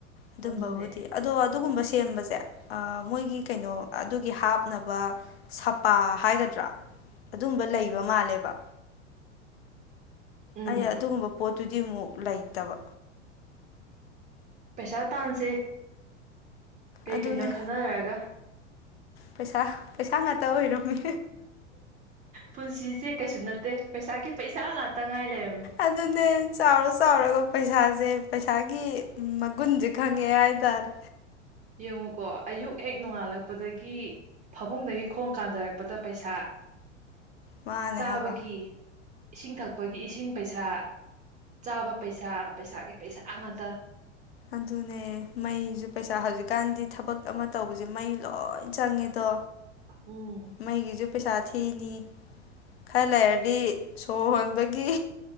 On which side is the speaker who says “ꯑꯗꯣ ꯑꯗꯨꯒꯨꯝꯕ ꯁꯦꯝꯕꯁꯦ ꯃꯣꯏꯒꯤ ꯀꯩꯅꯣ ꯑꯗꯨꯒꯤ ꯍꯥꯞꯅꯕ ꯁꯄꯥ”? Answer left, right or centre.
Left